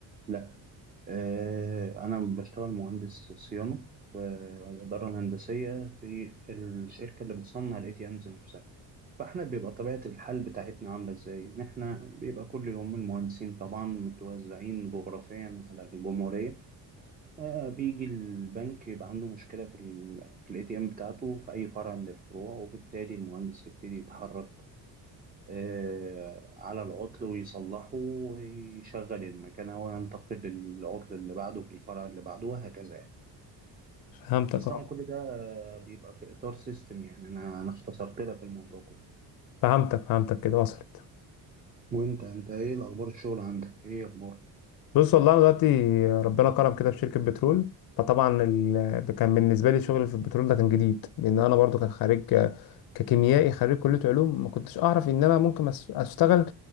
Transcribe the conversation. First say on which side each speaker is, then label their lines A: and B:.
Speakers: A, on the right; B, on the left.
A: لا آه، انا بشتغل مهندس صيانه في الاداره الهندسيه في الشركه اللي بتصنع الاي تي امز نفسها فاحنا بيبقى طبيعة الحال بتاعتنا عاملة ازاي؟ ان احنا بيبقى كل يوم المهندسين طبعا متوزعين جغرافيا على الجمهورية آه بيجي البنك يبقى عنده مشكلة في الاي تي ام بتاعته في اي فرع من الفروع وبالتالي المهندس يبتدي يتحرك آه على العطل ويصلحه ويشغل المكنة وينتقل للعطل اللي بعده في الفرع اللي بعده وهكذا يعني.
B: فهمتك
A: بس طبعا
B: اه
A: كل ده آه، بيبقى في اطار سيستم يعني انا انا اختصرت لك الموضوع كله
B: فهمتك فهمتك كده وصلت
A: وانت انت ايه الاخبار الشغل عندك ايه اخبار
B: بص والله انا دلوقتي ربنا كرم كده في شركه بترول فطبعا ال... كان بالنسبه لي شغل في البترول ده كان جديد لان انا برضو كان خارج ككيميائي خريج كليه علوم ما كنتش اعرف ان انا ممكن أس- اشتغل